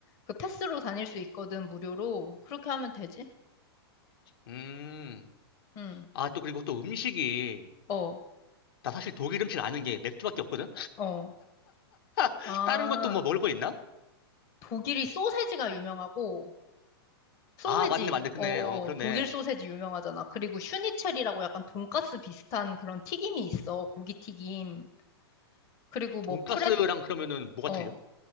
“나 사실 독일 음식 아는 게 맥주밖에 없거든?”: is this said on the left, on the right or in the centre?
Left